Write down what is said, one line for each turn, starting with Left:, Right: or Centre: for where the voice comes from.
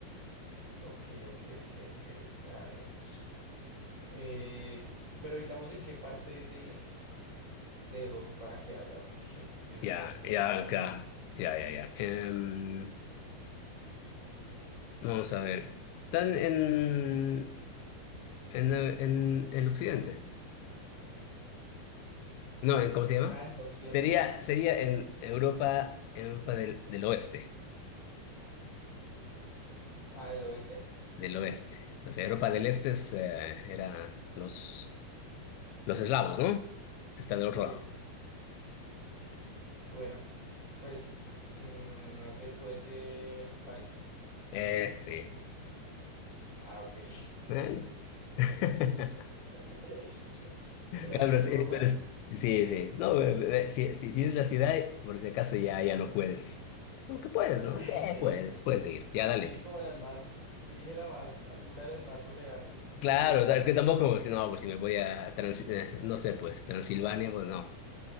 Right: Ok, ok, ok, ok. A ver. Eh, pero digamos en qué parte de, de Europa queda, o sea, porque, <laughs> uf, Dios mío,
Left: Ya,
Right: es
Left: ya,
Right: un continente.
Left: ya, ya, ya, ya. Em, vamos a ver. ¿Están en, en, en el occidente? No, en, ¿cómo se llama?
Right: Ah, en el occidente.
Left: Sería, sería en Europa, Europa del, del oeste,
Right: Ah, el oeste.
Left: del oeste. O sea, Europa del este es, eh, era los... Los eslavos, ¿no? Que está del
Right: Sí.
Left: otro lado.
Right: Bueno. Pues, mm, no sé, puede ser París.
Left: Eh, sí.
Right: Ah, ok.
Left: Bueno. <laughs>
Right: <laughs>
Left: Ya,
Right: Bueno, esa
Left: pero
Right: estuvo
Left: sí,
Right: fácil.
Left: pero sí, sí, sí. No, pero- pero si, si, si es la ciudad, por si acaso ya, ya no puedes. Aunque puedes, ¿no?
Right: <laughs>
Left: Sí, puedes, puedes seguir. Ya,
Right: Dije
Left: dale.
Right: como las más, dije la más, alguna de las más relevantes porque
Left: Claro,
Right: pues esa,
Left: es que tampoco, pues, no, pues si me voy a, Trans- eh, no sé, pues Transilvania, pues no.